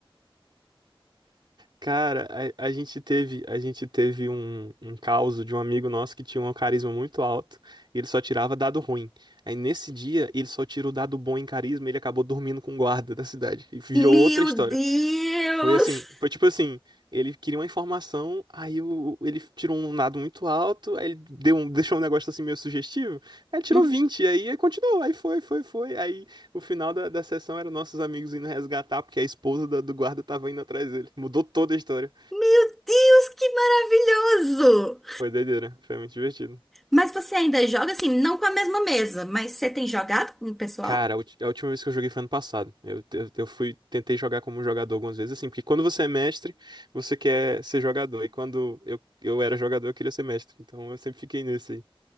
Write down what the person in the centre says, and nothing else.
Meu
Deus!
Hum?
Meu Deus, que maravilhoso!
Mas você ainda joga assim, não com a mesma mesa, mas você tem jogado com o pessoal?